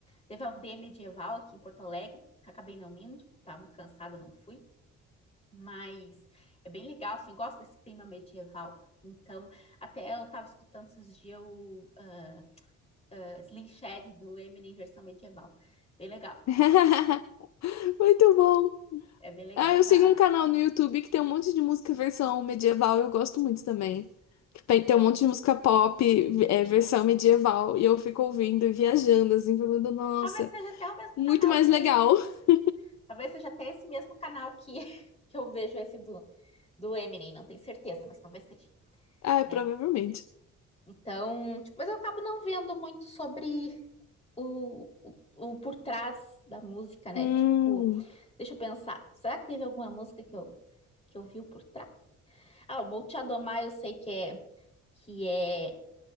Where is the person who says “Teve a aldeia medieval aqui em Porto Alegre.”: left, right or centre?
Left